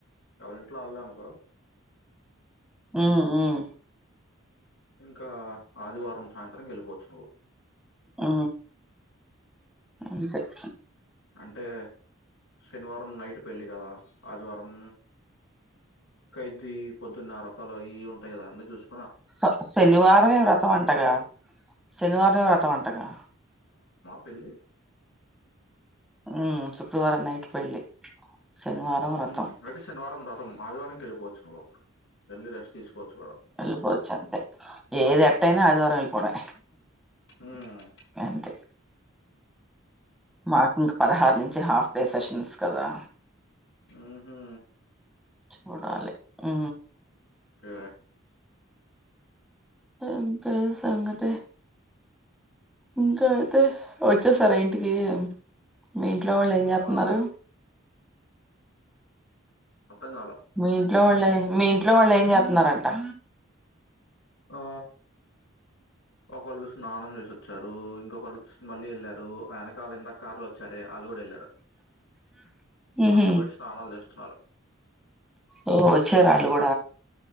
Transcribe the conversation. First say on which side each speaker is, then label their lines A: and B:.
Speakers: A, on the left; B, in the centre.
A: ఎవర్ ఇంట్లో వాళ్ అనుకో
B: మ్ ఊ
A: ఇంకా ఆదివారం సాయంత్రం వెళ్ళిపోవచ్చు నువ్వు
B: ఆ అ సరే
A: అంటే శనివారం నైట్ పెళ్ళి కదా ఆదివారం ఖైదీ పొద్దున్న రుథ్తాలు అవి ఉంటాయి కదా అన్నీ చూస్
B: స శనివారం మే ఏ వ్రతం అంటగా శనివారమే వ్రతం మ్ అంటగా
A: పేళ్ళి
B: ఉ శుక్రవారం నైట్ పెళ్ళి శనివారం
A: ఊహు
B: వ్రతం
A: అయితే శనివారం వ్రతం ఆదివారంకి వెళ్ళిపోవచ్చు నువ్ అప్పుడు వెళ్ళి రెస్ట్ తీసుకోవచ్చు కూడా
B: వెళ్ళిపోవచ్చ అంతే ఏది ఎట్ట అయినా ఆది వారం వెళ్ళిపోవడమే
A: ఉమ్
B: అంతే మాక్ ఇంకా పదహార్ నుంచి హాఫ్ డేస్ ఫెషన్స్ కదా
A: ఉహు
B: చూడాలి ఊ
A: గా
B: మ్ ఇంకేమ్ సంగటి ఇంకా అయితే వచ్చేస్తారా ఇంటికి మీ ఇంట్లో వాళ్ళు ఏం
A: ఆ
B: చేత్తన్ న్నారు
A: మొత్తం కావలా
B: మీ ఇంట్లో వాళ్ళే మీ ఇంట్లో వాళ్ళు ఏం చేస్తున్నార అంటా
A: ఓ ఒకో వోళ్ళు స్నానం చేస్ వచ్చారు ఇంకొ కోళ్ళు మళ్ళీ వెళ్ళారు ఆయన కార్లో ఎంద కార్లు వచ్చారే వాళ్ళు కూడా వెళ్లారు
B: ఊహు
A: వర్ సపెట్టి స్నానాలు చేస్తుఉన్నారు
B: ఓ వచ్చరా ఆళ్లు కూడా